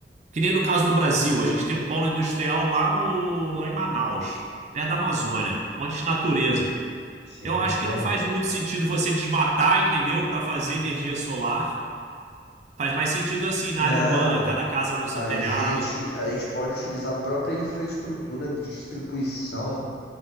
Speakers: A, on the right (about 40°); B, on the left (about 65°).
A: Que nem no caso do Brasil, a gente tem um polo industrial lá no, lá em Manaus, perto da Amazônia, um monte de natureza.
B: Sim,
A: Eu acho
B: exatamente.
A: que não faz muito sentido você desmatar, entendeu, Pra fazer energia solar Faz mais sentido assim, na
B: Não,
A: área urbana, cada casa no seu
B: a
A: telhado.
B: gente, a gente pode utilizar a própria infraestrutura de distribuição